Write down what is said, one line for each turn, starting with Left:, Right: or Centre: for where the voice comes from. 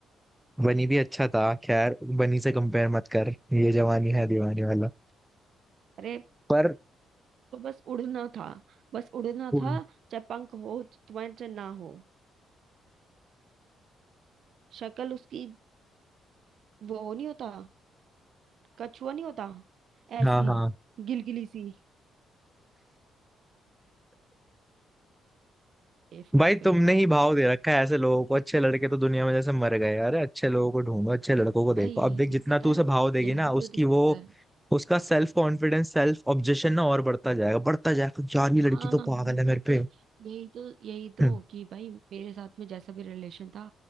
Centre: बनी भी अच्छा था खैर बनी से कंपेयर मत कर ये जवानी है दीवानी वाला
Right: अरे
Centre: पर
Right: तो बस उड़ना था बस उड़ना
Centre: उन-
Right: था चाहे पंख हो तुम्हारे चाहे ना हो शक्ल उसकी वो नहीं होता कछुआ नहीं होता ऐसी
Centre: हाँ हाँ
Right: गिलगिली सी बेवकूफ
Centre: भाई
Right: कहीं
Centre: तुमने
Right: का
Centre: ही भाव दे रखा है ऐसे लोगों को अच्छे लड़के तो दुनिया में जैसे मर गए अरे अच्छे लोगों को ढूंढो अच्छे लड़कों को देखो
Right: अरे यही
Centre: अब देख
Right: दिक्कत
Centre: जितना तू
Right: है
Centre: उसे भाव देगी
Right: यही
Centre: ना
Right: तो
Centre: उसकी
Right: दिक्कत
Centre: वो
Right: है
Centre: उसका सेल्फ कॉन्फिडेंस सेल्फ ऑब्जेक्शन ना और बढ़ता जाएगा बढ़ता जाएगा यार
Right: हाँ
Centre: ये लड़की तो
Right: हाँ,
Centre: पागल है मेरे
Right: तो
Centre: पे
Right: यही तो यही तो
Centre: हम्म
Right: कि भाई मेरे साथ में जैसा भी रिलेशन था